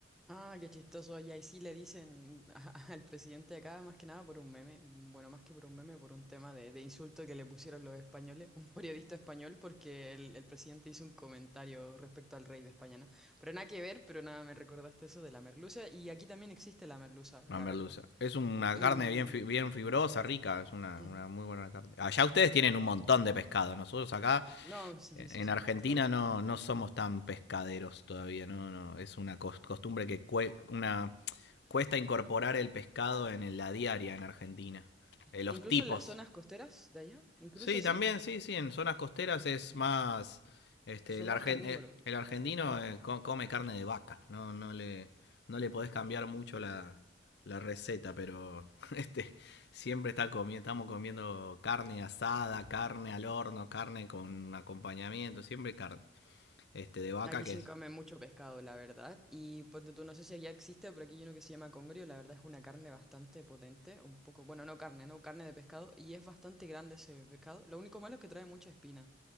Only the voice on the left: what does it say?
Una
merluza.
Es una
carne bien, bien fibrosa, rica, es una,
una muy buena carne. Allá ustedes tienen un montón de pescado, nosotros acá
eh,
en
Argentina
no, no somos tan pescaderos todavía, no, no, es una costumbre que una cuesta incorporar el pescado en la diaria en Argentina. Eh, los
tipos.
Sí,
también, sí, sí, en zonas costeras es
más... Este,
el, argen-
eh, el argentino
eh, co- come carne de vaca, no, no, le, no le podés cambiar mucho la, la receta, pero <laughs> este, siempre está comi- estamos comiendo carne asada, carne al horno, carne con acompañamiento, siempre carne este, de vaca
que
es...